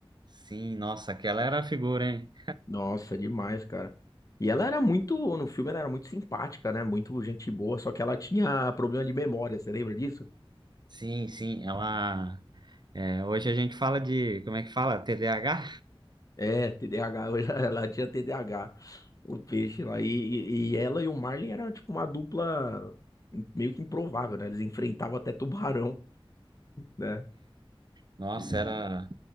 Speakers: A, on the right (about 50°); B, on the left (about 35°).
A: Sim, nossa, aquela era a figura, hein?
B: Nossa, demais, cara. E ela era muito, no filme ela era muito simpática, né? Muito gente boa, só que ela tinha problema de memória, você lembra disso?
A: Sim, sim, ela. é, hoje a gente fala de, como é que fala? TDAH?
B: É, TDAH, hoje <laughs> ela tinha TDAH, o peixe lá. E, e e ela e o Marlin eram tipo uma dupla meio que improvável, né? Eles enfrentavam até tubarão, né?
A: Nossa,
B: De
A: era,